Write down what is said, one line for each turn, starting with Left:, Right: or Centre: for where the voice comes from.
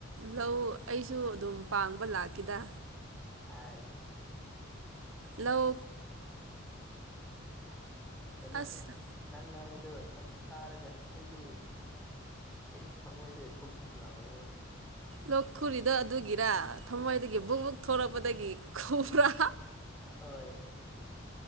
Right: ꯂꯧ ꯑꯩꯁꯨ ꯑꯗꯨꯝ ꯄꯥꯡꯕ ꯂꯥꯛꯗ
Centre: ꯑꯥꯏꯁ
Right: ꯂꯧ
Centre: ꯍꯩꯅ
Right: ꯑꯁ
Centre: ꯅꯪ ꯉꯥꯡ ꯑ ꯑꯗꯨ ꯇꯥꯔꯒꯁ ꯑꯩꯁꯦ ꯑꯩ ꯊꯃꯣꯏꯁꯦ ꯙꯛ ꯕꯨꯨꯞ ꯂꯥꯎꯋꯦꯕ
Right: ꯂꯣꯛ ꯈꯨꯨꯔꯤꯗꯣ ꯑꯗꯨꯒꯤꯔꯥ ꯊꯃꯣꯏꯗꯒꯤ ꯕꯨꯛ ꯕꯨꯛ ꯊꯣꯔꯛꯄꯗꯒꯤ ꯈꯨꯔꯥ
Centre: ꯍꯣꯏ